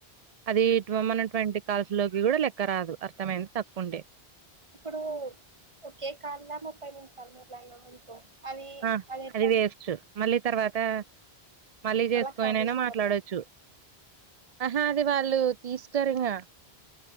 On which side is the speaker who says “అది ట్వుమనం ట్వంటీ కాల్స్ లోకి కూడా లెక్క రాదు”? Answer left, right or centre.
Right